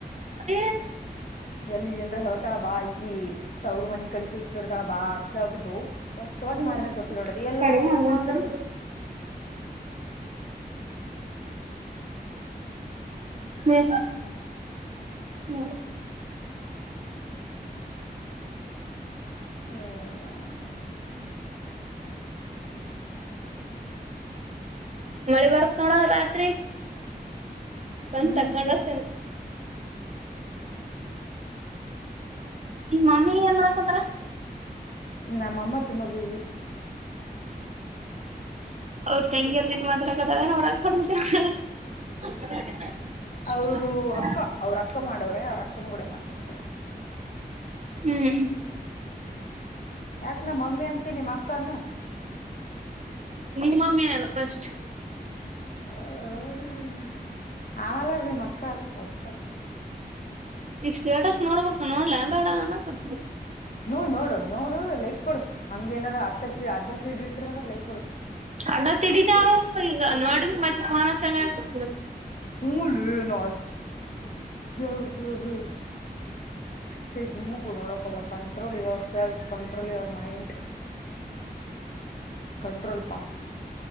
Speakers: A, on the right; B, on the left.
A: ಹ
B: ಎಲ್ಲಿ ಏನ್ರ ಹೇಳ್ತಾಳ ಬಾ ಈಕಿ ತವ್ರ ಮನಿ ಕಡ ಹುಚ್ಚಿಡ್ತಾಳ ಬಾ ಅಂತ ಹೇಳ್ಬಿಟ್ಟು. ಒಟ್ಟೋಟ್ಟು
A: ಹ್ಮ್
B: ಮಾರಿನ ತೋರಿಸಿರೋಡದು ಎಲ್ಲಾ
A: ತಡಿ
B: ನೀರಮ
A: ಒಂದ್ ನಿಮಿಷ
B: ಅಂದ್ರ. <inaudible>
A: ನೀ ಹ್ಮ
B: ಹ್ಮ
A: ಮಳಿ ಬರ್ತ ನೋಡ ರಾತ್ರಿ ಸಂತ
B: ಹ್ಮ್
A: ಕಂಡತೇನೆ
B: ಪಿಕ್
A: ಈ ಮಮ್ಮಿ ಎನ ಮಾಡಕತರ
B: ನಮ್ಮಮ್ಮ ತುಂಬಾ ಬಿಜಿ
A: ಹ ಅವ್ರ ತಂಗಿದ್ ರೀತಿ ಮಾತಾಡಕದಾಗ ಅವ್ರ <unintelligible>
B: ಅವರು ಅಕ್ಕ ಅವ್ರ ಅಕ್ಕ ಮಾಡೋವ್ರೆ ಅವ್ರ ಅಕ್ಕನ ಗೂಡ ಮಾತಾಡ್ತವ್ರೆ
A: ಹ್ಮ್
B: ಯಾಕ ನಮ್ಮ ಮಮ್ಮಿ ಅಂತೀ ನಿಮ್ಮ ಅಕ್ಕಾನ
A: ನಿಮ್ಮಮ್ಮಿ ಅಲ್ಲ ಫಸ್ಟ್
B: ಹ ಆಮಲ್ಲಾರ ನಿಮ್ಮ ಅಕ್ಕ ಅಲ್ಲ ಒಪ್ಕ
A: ಈ ಸ್ಟೇಟಸ್ ನೋಡ್ಬಡ್ತು ನೋಡ್ಲ ಬೇಡ ಅ
B: ನೋಡ್ ನೋಡು ನೋಡು ಲೈಕ್ ಕೊಡು ಹಂಗ ಏನಾರ ಆತ್ತರ್ ಅದ ಅಡ್ಡ ತಿಡ್ಡಿ ಇಟ್ಟ್ರ ಅಂದ್ರ ಲೈಕ್ ಕೊಡು
A: ಅಣ್ಣತ್ಡೀ ನಾವು ಈಗ ನೋಡಿದ್ರ ಮತ್ತೆ ಪೋನ ಹಚ್ಚಾನಗ ಆ
B: <unintelligible> ಹಂಗ ಅಡ್ತದು ಸ ತು <inaudible> ನೋಡ ಕ ಹೋಗಬೇಡ control yourself control your mind control ಪಾ